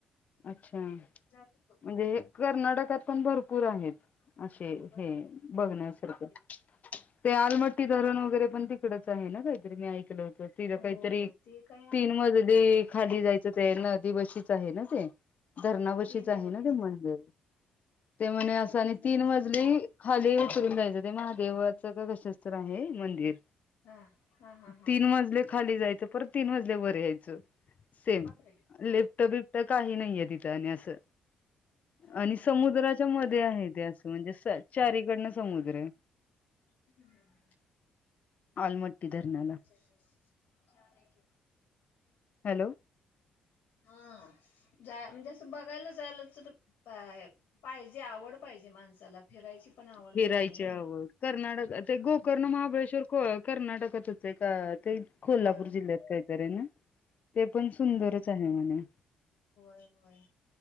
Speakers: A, on the left; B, on the left.
A: अच्छा
B: जात होतो
A: म्हणजे हे कर्नाटकात पण भरपूर आहेत. असे
B: भरपूर
A: हे बघण्यासारखं.
B: किल्ले वगैरे तोफ
A: ते आलमट्टी धरण वगैरे पण तिकडच आहे ना काहीतरी मी ऐकलं होत. तिथं काहीतरी
B: हो, हो ते काय आहे?
A: तीन मजली
B: हा
A: खाली जायचं ते नदी बशीच आहे ना ते. धरणा पशीच
B: ते नाही
A: आहे
B: बघितलं
A: ना ते मंदिर
B: आम्ही.
A: ते म्हणे
B: काही
A: असं
B: बघितलं
A: आणि तीन
B: नाही सोडा
A: मजली
B: मी.
A: खाली उतरुन जायचं ते महादेवाचं का कसंच तर आहे मंदिर.
B: हा, हा, हा, हा
A: तीन मजले खाली जायच परत तीन मजले बरे यायचं सेम
B: बापरे! हा,
A: लीपट बिबटा काही नाहीये तिथं आणि असं.
B: हा,
A: आणि
B: हा,
A: समुद्राच्या
B: हा.
A: मध्ये आहे ते असं म्हणजे चारीकडनं समुद्र आहे.
B: हम् हम.
A: आलमट्टी धरन
B: छान छान आहेऐ म
A: हॅलो.
B: हा जा म्हणजे असं बघायला जायला तर. पाहिजे आवड पाहिजे माणसाला फिरायची. पण आवड
A: फिरायची
B: पाहिजे नाही.
A: हव कर्नाटक ते गोकर्ण
B: हम्म.
A: महाबळेश्वर कर्नाटकातच आहे का ते कोल्हापूर
B: होय होय
A: जिल्ह्यात काहीतरी आहे ना. ते पण सुंदरच
B: हम्म
A: आहे म्हणे.
B: होय होय